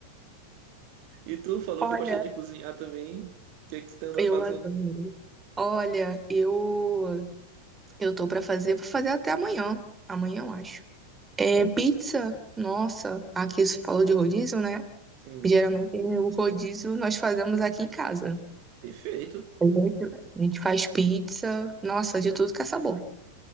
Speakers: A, on the right (about 50°); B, on the right (about 15°).
A: E tu falou
B: Olha,
A: que gosta de cozinhar também. O que é que tu tá andando
B: eu
A: fazendo?
B: adoro. Olha, eu eu tô pra fazer, vou fazer até amanhã. Amanhã, eu acho. É, pizza, nossa, aqui se fala de rodízio, né?
A: Sim,
B: Geralmente o rodízio nós fazemos aqui em casa.
A: perfeito,
B: A gente, a gente faz pizza, nossa, de tudo que é sabor.